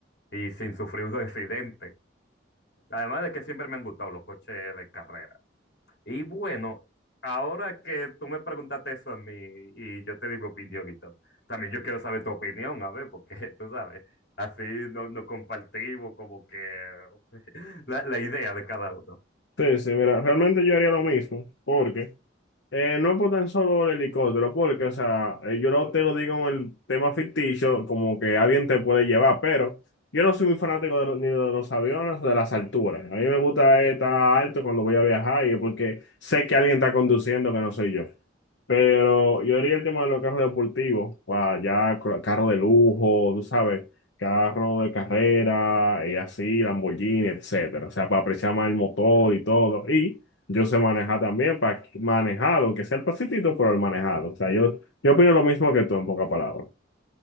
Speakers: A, on the left; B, on the left.
A: y sin sufrir un accidente. Además de que siempre me han gustado los coches de carrera. Y bueno, ahora que tú me preguntaste eso a mí y yo te di mi opinión y todo, también yo quiero saber tu opinión, a ver, porque <laughs> tú sabes, así no- nos compartimos como que <laughs> la, la idea de cada uno.
B: Sí, sí, mira, realmente yo haría lo mismo, porque Eh, no es por tan solo el helicóptero, porque, o sea, eh, yo no te lo digo en el tema ficticio, como que alguien te puede llevar, pero yo no soy muy fanático de, lo- ni de los aviones o de las alturas. A mí me gusta eh, estar alto cuando voy a viajar, y porque sé que alguien está conduciendo que no soy yo. Pero yo diría el tema de los carros deportivos, para ya cro- carro de lujo, tú sabes, carro de carrera, y así, Lamborghini, etcétera. O sea, para apreciar más el motor y todo. Y yo sé manejar también, para manejar, aunque sea el pasitito, pero el manejado. O sea, yo, yo opino lo mismo que tú, en pocas palabras.